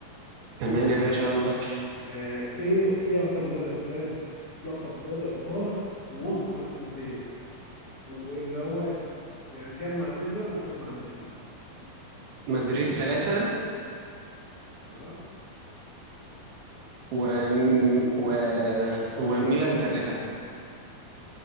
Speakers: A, on the right (about 80°); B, on the left (about 60°).
A: تمام يا باشا يلا اسال
B: آه، ايه ايه اكتر مدرب فاز بلقب دوري ابطال وذكر الانديه واللي هو يعني كان مع النادي ده وكان مع النادي ده
A: مدريد ثلاثة
B: اه
A: و... و... وميلان ثلاثة